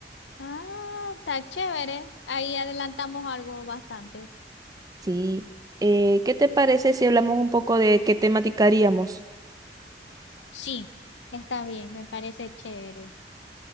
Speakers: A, on the left (about 85°); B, on the right (about 20°).
A: Ah, está chévere. Ahí adelantamos algo bastante.
B: Sí. Eh, ¿qué te parece si hablamos un poco de qué temática haríamos?
A: Sí, Está bien, me parece chévere.